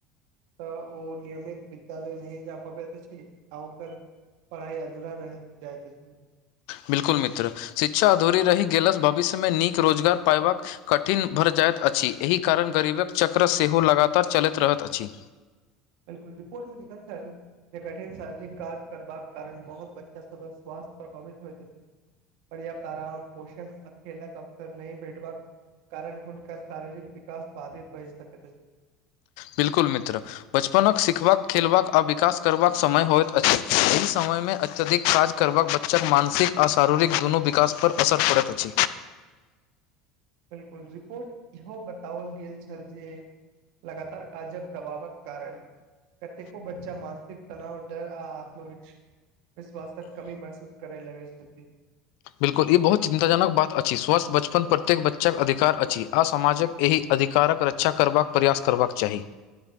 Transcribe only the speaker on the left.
बिल्कुल मित्र शिक्षा अधूरी रहि गेलस भविष्यमे नीक रोजगार पयबाक कठिन भरि जाइत अछि एहि कारण गरीबक चक्र सेहो लगातार चलैत रहैत अछि
बिल्कुल मित्र बचपनक सिखबाक खेलबाक आ विकास करबाक समय होयत अछी समयमे अत्यधिक काज करबाक बच्चाके मानसिक आ शारीरिक दुनू विकास पर असर पड़ैत अछि
बिलकुल ई बहुत चिन्तााजनक बात अछि स्वस्थ बचपन प्रत्येक बच्चा के अधिकार अछि आ समाजक एहि अधिकारक रक्षा करबाक प्रयास करबाक चाही